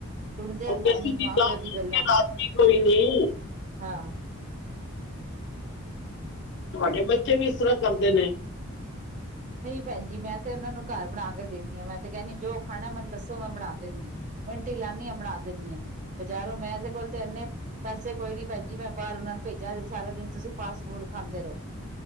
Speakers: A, on the right; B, on the left.
A: ਸੁਣਦੇ
B: ਉਹ
A: ਹੈ
B: ਕਸੀ
A: ਨੀ ਮਾਂ
B: ਦੀ ਗੱਲ
A: ਪਿਓ
B: ਸੁਣ
A: ਗੱਲਾਂ
B: ਕੇ
A: ਨੂੰ
B: ਰਾਜੀ ਕੋਈ ਨਹੀਂ।
A: ਹਾਂ।
B: ਤੁਹਾਡੇ ਬੱਚੇ ਵੀ ਇਸ ਤਰ੍ਹਾਂ ਕਰਦੇ ਨੇ।
A: ਨਹੀਂ ਭੈਣਜੀ ਮੈਂ ਤੇ ਉਹਨਾਂ ਨੂੰ ਘਰ ਬਣਾ ਕੇ ਦਿੰਦੀ ਹਾਂ ਮੈਂ ਤੇ ਕਹਿਣੀ ਜੋ ਖਾਣਾ ਮੈਨੂੰ ਦੱਸੋ ਮੈਂ ਬਣਾ ਦਿੰਦੀ ਹਾਂ ਮਿੰਟੀ ਲਾਣੀ ਹਾਂ ਬਣਾ ਦਿੰਦੀ ਹਾਂ ਬਜ਼ਾਰੋਂ ਮੈਂ ਇਹਦੇ ਕੋਲ ਤੇ ਇੰਨੇ ਪੈਸੇ ਕੋਈ ਨੀ ਭੈਣ ਜੀ ਮੈਂ ਬਾਹਰ ਉਹਨਾਂ ਨੂੰ ਭੇਜਾ ਸਾਰਾ ਦਿਨ ਤੁਸੀਂ ਫਾਸਟ ਫੂਡ ਖਾਂਦੇ ਰਹੋ